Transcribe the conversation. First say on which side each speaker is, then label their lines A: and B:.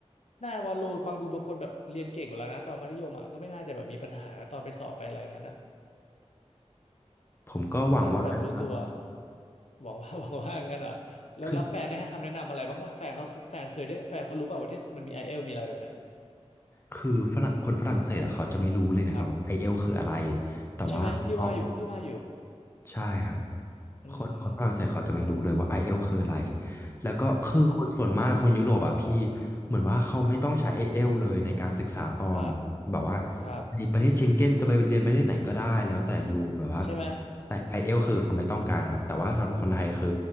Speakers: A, on the left; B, on the left.
A: น่าวาโลฟังดูเป็นคนแบบเรียนเก่งกว่าแล้วนะตอนมัธยมอ่ะก็ไม่น่าจะแบบมีปัญหานะตอนไปสอบไปอะไรงั้นอ่ะ
B: ผมก็หวังว่านะครับ
A: น่าจะแบบรู้ตัวหวังว่า <laughs> หวังว่างั้นเหรอแล้วแล้วแฟนได้ให้คำแนะนำอะไรบ้างป่ะแฟนเขาแฟนเคยได้แฟนเขารู้ป่ะว่าที่มันมีไอเอลมีอะไรแบบเนี้ย
B: คือคือฝรั่งคนฝรั่งเศสอะเขาจะไม่รู้เลยนะครับว่าไอเอลคืออะไร
A: ครับ
B: แต่ว่าพอ
A: ใช่ไหมพี่ว่าอยู่พี่ว่าอยู่
B: ใช่ครับ
A: อื
B: คนคนฝรั่งเศสเขาจะไม่รู้เลยว่า
A: ม
B: i e l อลคืออะไรแล้วก็คือคนส่วนมากคนยุโรปอ่ะพี่
A: อืม
B: เหมือนว่าเขาไม่ต้องใช้ i e l อลเลยในการศึกษาต่อ
A: ครับ
B: แบบว่า
A: ครับ
B: ในประเทศเชงเก้นจะไปเรียนประเทศไหนก็ได้แล้วแต่อยู่แบบว่า
A: ใช่ไหม
B: แต่ i e l อลคือเขาไม่ต้องการครับแต่ว่าสำหรับคนไทยคือ
A: ขอ